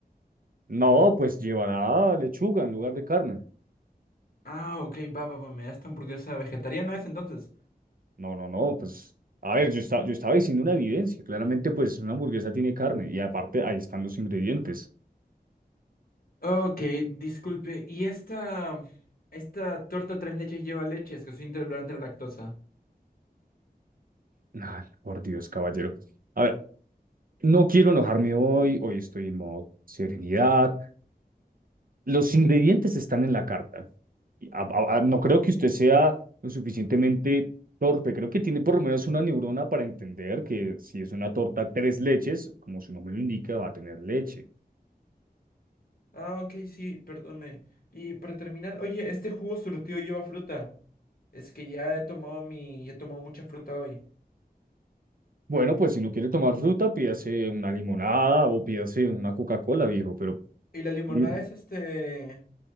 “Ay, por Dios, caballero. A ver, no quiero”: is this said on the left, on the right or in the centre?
Right